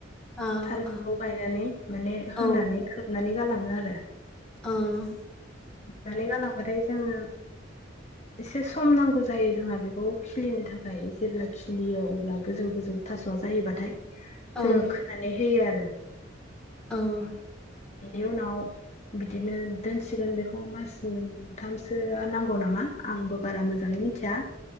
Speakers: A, in the centre; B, on the left.
A: अ
B: थारुनखौ
A: अ
B: गायनानै माने होनानै
A: औ
B: खोबनानै गालां <unintelligible> आरो
A: अ'।
B: <unintelligible> गालांबाथाय जोङो एसे सम नांगौ जायो जोंहा बेखौ खिलिनो थाखाय जेब्ला खिलियो <unintelligible> जेब्ला गोजौ गोजौ थास'आ जायोबथाय
A: औ
B: जोङो खोनानै होयो आरो ।
A: औ।
B: बेनि उनाव बिदिनो दोनसिगोन बेखौ मास मोनथामसोआ नांगौ नामा आंबो बारा मोजाङै मिथिया।